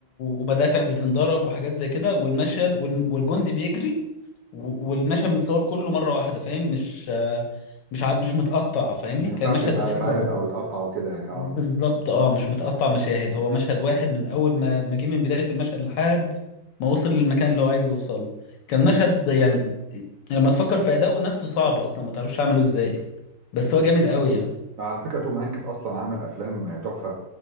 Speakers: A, on the left; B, on the right.
A: ومدافع بتنضرب وحاجات زي كده والمشهد وال... والجندي بيجري و- والمشهد متصور كله مره واحده فاهم مش آه، مش ع- مش متقطع فاهمني
B: ما ينفعش
A: كان المشهد
B: يتع-
A: ده حلو
B: يتعاد
A: قوي
B: او يتقطع وكده يعني اه
A: بالظبط اه مش متقطع مشاهد هو مشهد واحد من اول ما ما جه من بدايه المشهد لحد ما وصل للمكان اللي هو عايز يوصله كان مشهد يعني لما تفكر في اداؤه نفسه صعب اصلا ما تعرفش اعمله ازاي بس هو جامد قوي يعني
B: على فكره توم هانكس اصلا عامل افلام تحفه